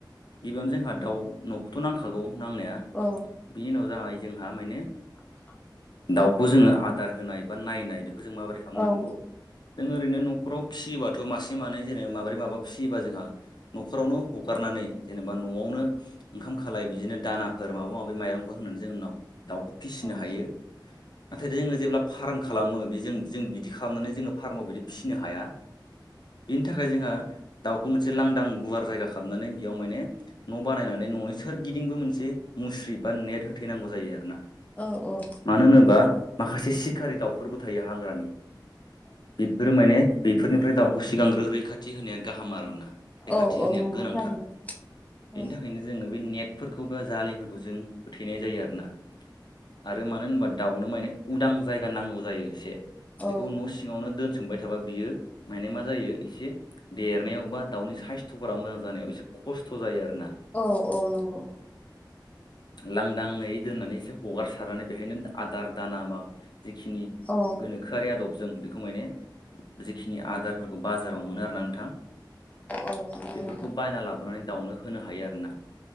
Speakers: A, on the left; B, on the left.
A: गिबियावनो जोंहा दाउ न'खौथ' नांखागौ नांनाया
B: औ
A: बिनि उनाव जाबाय जोंहा माने
B: आ
A: दाउखौ जोङो आदार होनाय बा नायनाय बेखौ जों माबोरै खालामनांगौ
B: औ
A: जों ओरैनो न'खराव फिसियोबाथ' मासे मानै जेनो माबोरै माबा फिसियोबा जोंहा न'खरावनो हगारनानै जेनेबा न'आवनो ओंखाम खालाय बिदिनो दानाफोर माबा माबि माइरंफोर होननानै जों नाव दाउखौ फिसिनो
B: औ
A: हायो नाथाय जोङो जेब्ला फाराम खालामो बेजों जों बिदि खालामनानै जों फारामाव बिदि फिसिनो हाया बिनि थाखाय जोंहा दाउखौ मोनसे लांदां गुवार जायगा खालामनानै बेयाव माने न' बानायनानै न'नि सोरगिदिंबो मोनसे मुस्रि बा नेट होथैनांगौ जायो आरो ना
B: औ औ
A: मानो होनोबा माखासे सिखारि दाउफोरबो थायो हाग्रानि बेफोरो माने बेफोरनिफ्राय दाउखौ सिगांग्रो रैखाथि होनाया गाहाम आरो ना रैखाथि
B: औ औ
A: होनाया
B: नंगौ
A: गोनांथार
B: थारैनो औ
A: बेनि थाखायनो जोङो बे नेट फोरखौ बा जाालिफोरखौ जों होथैनाय जायो आरोना आरो मानो होनबा दाउनो माने उदां जायगा नांगौ जायो एसे
B: औ
A: बेखौ न' सि नो दोनसोमबाय थाबा बियो माने मा जायो एसे देरनायावबा दाउनि साइस्थ'फोरा मोजां जानाय ए ओसे खस्थ जायो आरो।
B: औ औ नंगौ।
A: लांदाङै दोननानै एसे हगारसारनानै बेहायनो आदार दाना मा जिखिनि
B: औ
A: गोनोखोआरि आदबजों बेखौ माने जिखिनि आदारफोरखौ बाज बाजाराव मोनो आरो ना नोंथां
B: औ नंगौ
A: बेफोरखौ
B: नोंथां
A: बायना लाबोनानै दाउनो होनो हायो आरो ना